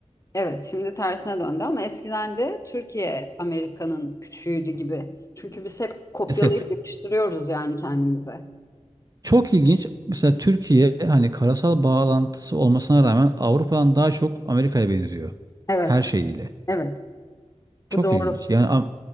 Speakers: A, on the left; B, on the right.
A: Evet, şimdi tersine döndü ama eskiden de Türkiye Amerika'nın küçüğüydü gibi. Çünkü biz hep kopyalayıp
B: Mesela
A: yapıştırıyoruz yani kendimize.
B: çok ilginç. Mesela Türkiye hani karasal bağlantısı olmasına rağmen Avrupa'dan daha çok Amerika'ya benziyor.
A: Evet,
B: Her şeyiyle.
A: evet.
B: Çok
A: Bu doğru.
B: ilginç. Yani Am-